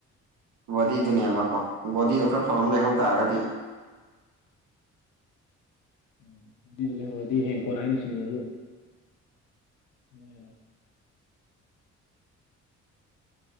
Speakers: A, on the right; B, on the left.
A: ꯕꯣꯗꯤꯗꯨꯅꯦꯕꯀꯣ ꯕꯣꯗꯤꯗꯣ ꯈꯔ ꯐꯕ ꯑꯃ ꯂꯩꯍꯧ ꯇꯥꯔꯒꯗꯤ
B: ꯎꯝ ꯑꯗꯨꯗꯤ ꯂꯩꯍꯧꯔꯗꯤ ꯍꯌꯦꯀꯣꯅ ꯍꯥꯏꯅ ꯆꯅꯤꯡꯉꯁꯨ ꯍꯅ